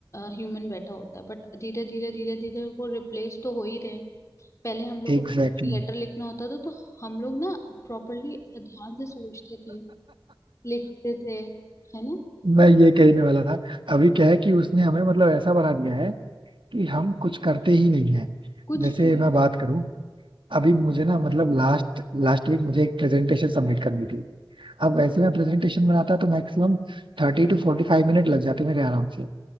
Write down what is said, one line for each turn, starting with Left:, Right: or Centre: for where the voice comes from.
Left: ह्यूमन बैठा होता है बट धीरे धीरे धीरे धीरे वो रिप्लेस तो हो ही रहे हैं। पहले हम लोग
Right: Exactly
Left: को कुछ लेटर
Right: exactly.
Left: लिखना होता था तो हम लोग ना प्रॉपरली ध्यान से सोचते थे लिखते थे है ना
Right: मैं ये कहने वाला था अभी क्या है कि उसने हमें मतलब ऐसा बना दिया है कि हम कुछ करते ही नहीं है
Left: कुछ
Right: जैसे
Left: भी नहीं
Right: मैं बात करूं अभी मुझे ना मतलब लास्ट लास्ट वीक मुझे एक प्रेजेंटेशन सबमिट करनी थी अब वैसे मैं प्रेजेंटेशन बनाता तो मैक्सिमम थर्टी टू फोर्टी फाइव मिनट लग जाते मेरे आराम से